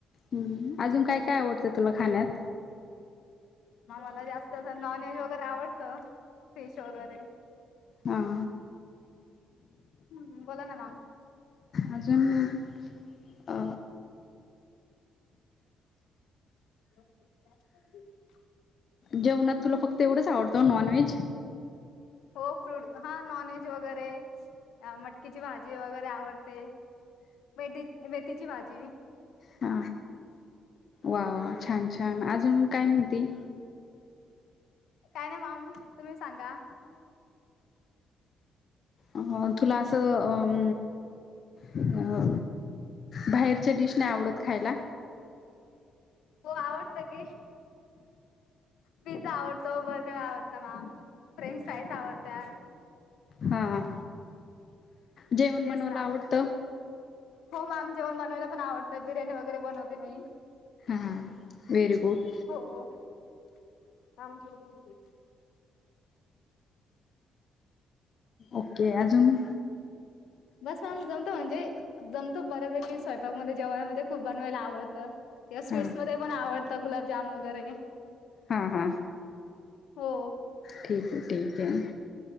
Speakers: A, on the left (about 50°); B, on the left (about 80°).
A: हम अजून काय काय आवडतं तुला खाण्यात?
B: म मला जास्त अस नॉनव्हेज वगैरे आवडत. फिश वगैरे.
A: हा.
B: हम् बोला ना मॅम.
A: आजून मग अ
B: <inaudible>
A: जेवणात तुला फक्त एवढंच आवडतं नॉन व्हेज?
B: हो फ्रूड हा नॉन व्हेज वगैरे अ मटकीची भाजी वगैरे आवडते, मेढी मेथीची भाजी.
A: हा वा
B: हो
A: वा छान छान. अजून काय म्हणती?
B: काय नाही माम तुम्ही सांगा?
A: अ तुला अस अमम अ बाहेरच्या डिश नाही आवडत खायला.
B: हो आवडत की. पिझ्झा आवडतो, बर्गर आवडत मॅम. फ्रेंच फ्राईस आवडत्या.
A: हा. जेवण
B: येस
A: बनवायला
B: मॅम.
A: आवडतं
B: हो मॅम जेवण बनवायला पण आवडतं. बिर्याणी वगैरे बनवते मी.
A: हां वेहेरी गुड.
B: हो हो कामगिर बोलव त्यात.
A: ओके अजून
B: बस मॅम जमतो म्हणजे जमतो बऱ्यापैकी स्वयंपाक मध्ये जेवणामध्ये खूप बनवायला आवडतं. या स्वीट्स
A: हां
B: मध्ये पण आवडतं गुलाबजाम वगैरे.
A: हा हा
B: हो
A: ठीक आहे ठीक आहे.